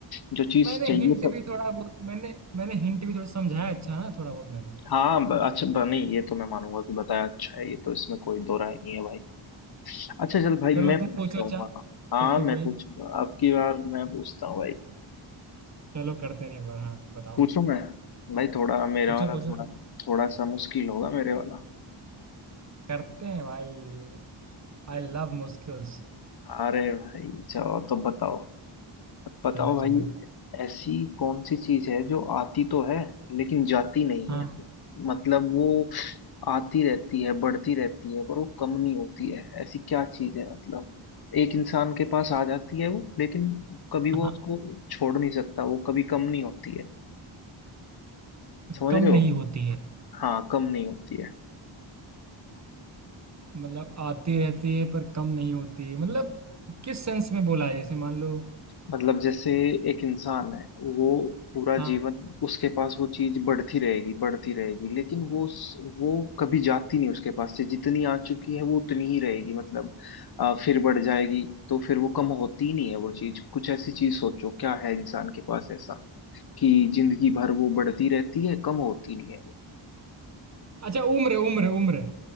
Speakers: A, on the left (about 50°); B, on the right (about 35°).
A: जो चीज
B: मैंने
A: चाहिए
B: हिंट
A: सब
B: भी थोड़ा बहुत मैंने मैंने हिंट भी थोड़ा समझाया अच्छा ना थोड़ा बहुत मैंने
A: हाँ ब- अच्छा ब- नहीं ये तो मैं मानूंगा कि बताया अच्छा है ये तो इसमें कोई दो राय नहीं है भाई अच्छा चल भाई
B: चलो
A: मैं
B: तुम
A: पूछता
B: पूछो अच्छा
A: हूँ हाँ हाँ,
B: पूछो
A: मैं
B: कोई
A: पूछूंगा अब की बार मैं पूछता हूँ भाई
B: चलो करते हैं एक बार हाँ बताओ
A: पूछूं मैं भाई थोड़ा मेरा
B: पूछो
A: वाला
B: पूछो
A: थोड़ा थोड़ा सा मुश्किल होगा मेरे वाला
B: करते हैं भाई आई लव मुश्किल्स
A: अरे भाई चलो तो बताओ बताओ
B: चलो
A: भाई
B: चलो
A: ऐसी कौन सी चीज है जो आती तो है लेकिन जाती नहीं
B: हाँ
A: है मतलब वो आती रहती है बढ़ती रहती है पर वो कम नहीं होती है ऐसी क्या चीज है मतलब एक इंसान के पास आ जाती है वो लेकिन कभी वो
B: हाँ
A: उसको छोड़ नहीं सकता वो कभी कम नहीं होती है समझ
B: कम
A: रहे
B: नहीं
A: हो
B: होती है
A: हाँ कम नहीं होती है
B: मतलब आती रहती है पर कम नहीं होती मतलब किस सेंस में बोला है जैसे मान लो
A: मतलब जैसे एक इंसान है वो पूरा
B: हाँ
A: जीवन उसके पास वो चीज बढ़ती रहेगी बढ़ती रहेगी लेकिन वो उस- वो कभी जाती नहीं उसके पास से जितनी आ चुकी है वो उतनी ही रहेगी मतलब अ, फिर बढ़ जाएगी तो फिर वो कम होती ही नहीं है वो चीज कुछ ऐसी चीज सोचो क्या है इंसान के पास ऐसा कि जिंदगी भर वो बढ़ती रहती है कम होती नहीं है वो
B: अच्छा उम्र उम्र उम्र